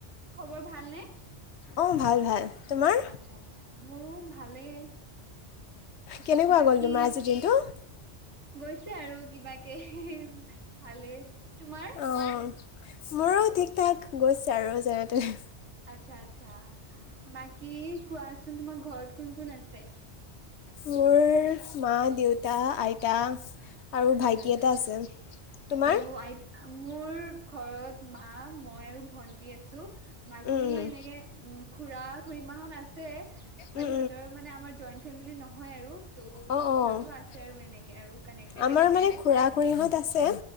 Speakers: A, on the right; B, on the left.
A: খবৰ ভালনে?
B: অ', ভাল ভাল। তোমাৰ?
A: আচ্ছা আচ্ছা মোৰো ভালেই।
B: কেনেকুৱা
A: বাকী
B: গ'ল তোমাৰ আজিৰ দিনটো?
A: গৈছে আৰু কিবাকে। ভালেই, তোমাৰ?
B: অঁ। মোৰো ঠিক ঠাক গৈছে আৰু যেনে তেনে।
A: আচ্ছা আচ্ছা বাকী কোৱাচোন তোমাৰ ঘৰত কোন কোন আছে?
B: মোৰ মা দেউতা আইতা আৰু
A: আচ্ছা
B: ভাইটি
A: আচ্ছা
B: এটা আছে। তোমাৰ?
A: অ' আইতা মোৰ ঘৰত মা মই আৰু ভন্টি আছো। বাকী
B: উম, উম।
A: এনেকে উম খুৰা খু়ৰীমাহঁত আছে। বাকী
B: উম,
A: সিহঁতৰ মানে আমাৰ জই ফেমিলি নহয় আৰু। ত'
B: অ', অ',
A: সিহঁতো
B: অ',
A: আছে আৰু এনেকে আৰু কানেক্টেডে
B: আমাৰ
A: হয়।
B: মানে খুৰা খুৰীহঁত আছে।